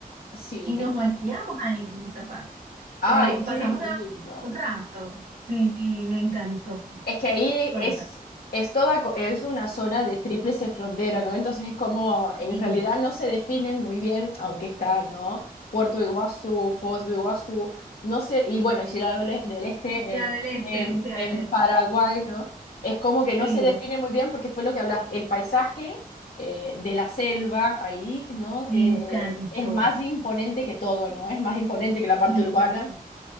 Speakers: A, on the left (about 80°); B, on the right (about 80°).
A: sí.
B: y nos bañamos ahí en esa parte.
A: Ay,
B: Pero
A: qué
B: pasamos
A: lindo.
B: nada más un rato, sí, me encantó.
A: Es que ahí
B: Cuenta.
A: es, es toda, co- es una zona de tríplice frontera, ¿no? Entonces es como, en
B: Sí.
A: realidad no se definen muy bien, aunque está, ¿no? Puerto Iguazú, Foz do Iguazú, no sé, y bueno, Ciudad del E- del Este
B: Sea
A: eh,
B: del Este,
A: en,
B: Sea
A: en
B: del Este.
A: Paraguay, ¿no? Es como que no
B: Sí,
A: se define muy bien porque fue lo que hablaste, el paisaje eh, de la selva ahí, ¿no?
B: me
A: Eh,
B: encantó.
A: es más imponente que todo, ¿no? Es más imponente que la parte
B: Sí,
A: urbana.